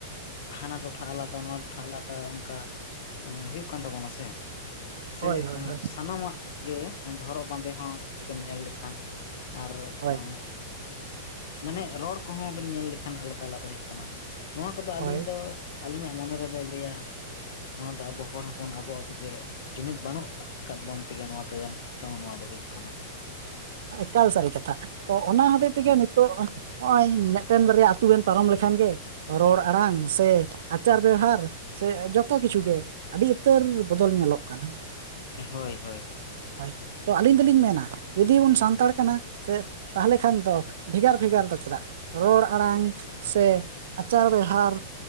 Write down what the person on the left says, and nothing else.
ᱦᱟᱱᱟ ᱴᱚᱴᱷᱟ ᱟᱞᱟᱫᱟ ᱱᱚᱣᱟ ᱴᱚᱴᱷᱟ ᱟᱞᱟᱫᱟ ᱚᱱᱠᱟ ᱦᱩᱭᱩᱜ ᱠᱟᱱ ᱛᱟᱵᱚᱱᱟ ᱥᱮ ᱥᱮ
ᱥᱟᱱᱟᱢᱟᱜ ᱜᱮ ᱦᱚᱨᱚᱜ ᱵᱟᱸᱫᱮ ᱦᱚᱸ ᱡᱩᱫᱤ ᱵᱮᱱ ᱧᱮᱞ ᱞᱮᱠᱷᱟᱱ ᱟᱨ
ᱟᱸᱼᱼ ᱢᱟᱱᱮ ᱨᱚᱲ ᱠᱚᱦᱚᱸ ᱵᱮᱱ ᱧᱮᱞ ᱞᱮᱠᱷᱟᱱ ᱟᱞᱟᱫᱟ ᱟᱞᱟᱫᱟ ᱦᱩᱭᱩᱜ ᱠᱟᱱᱟ ᱱᱚᱣᱟ ᱠᱚᱫᱚ ᱟᱹᱞᱤᱧ
ᱫᱚ ᱟᱹᱞᱤᱧᱟᱜ ᱢᱚᱱᱮ ᱨᱮᱫᱚᱭ ᱞᱟᱹᱭᱟ ᱱᱚᱣᱟ ᱫᱚ ᱟᱵᱚ ᱦᱚᱲ ᱦᱚᱯᱚᱱ ᱟᱵᱚ ᱟᱵᱚᱜᱮ ᱡᱩᱢᱤᱫ ᱵᱟᱹᱱᱩᱜ ᱟᱠᱟᱫ ᱵᱚᱱ ᱛᱮᱜᱮ ᱱᱚᱣᱟ ᱫᱚ ᱡᱟᱱᱤᱡ ᱪᱚᱝ ᱱᱚᱣᱟ ᱫᱚ ᱦᱩᱭᱩᱜ ᱠᱟᱱᱟ
ᱦᱳᱭ ᱦᱳᱭ